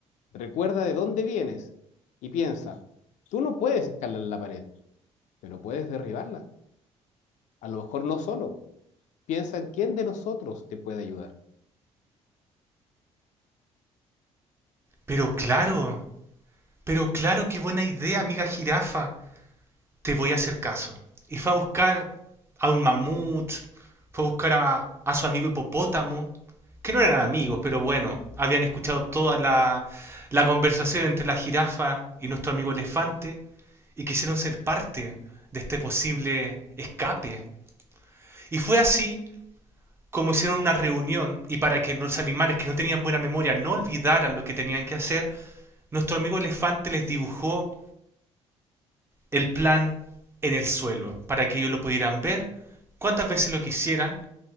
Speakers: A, on the left; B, on the right.
A: recuerda de dónde vienes y piensa, tú no puedes escalar la pared, pero puedes derribarla. A lo mejor no solo. Piensa en quién de nosotros te puede ayudar.
B: Pero claro, pero claro, qué buena idea, amiga jirafa. te voy a hacer caso. Y fue a buscar a un mamut, fue a buscar a, a su amigo hipopótamo, que no eran amigos, pero bueno, habían escuchado toda la, la conversación entre la jirafa y nuestro amigo elefante y quisieron ser parte de este posible escape. Y fue así como hicieron una reunión y para que los animales que no tenían buena memoria no olvidaran lo que tenían que hacer, nuestro amigo elefante les dibujó el plan en el suelo para que ellos lo pudieran ver cuantas veces lo quisieran